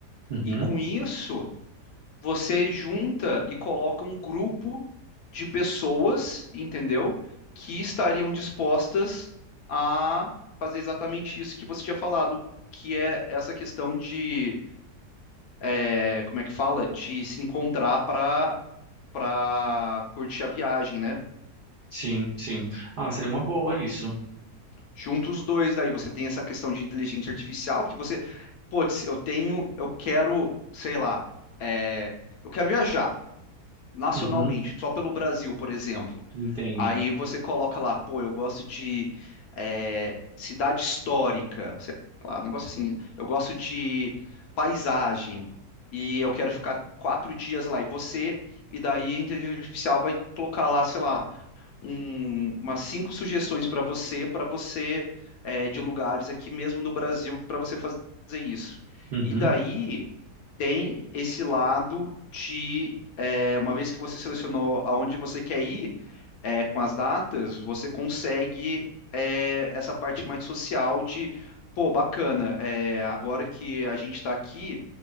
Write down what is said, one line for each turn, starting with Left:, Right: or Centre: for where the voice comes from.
Right: Uhum.
Left: E com isso você junta e coloca um grupo de pessoas, entendeu? Que estariam dispostas a fazer exatamente isso que você tinha falado, que é essa questão de, é, como é que fala? De se encontrar para para curtir a viagem, né?
Right: Sim, sim. Ah, seria uma boa isso.
Left: Junta os dois, daí você tem essa questão de inteligência artificial que você, putz, eu tenho, eu quero, sei lá, é, eu quero viajar. nacionalmente,
Right: Uhum.
Left: só pelo Brasil, por exemplo.
Right: Entendo.
Left: Aí você coloca lá, pô, eu gosto de eh, cidade histórica, sei lá, um negócio assim. Eu gosto de paisagem e eu quero ficar quatro dias lá. E você, e daí a inteligência artificial vai colocar lá, sei lá, um- umas cinco sugestões para você, para você eh, de lugares aqui mesmo no Brasil para você fazer isso.
Right: Uhum.
Left: E daí tem esse lado de, é, uma vez que você selecionou aonde você quer ir, é, com as datas, você consegue é, essa parte mais social de, pô, bacana, é, agora que a gente está aqui,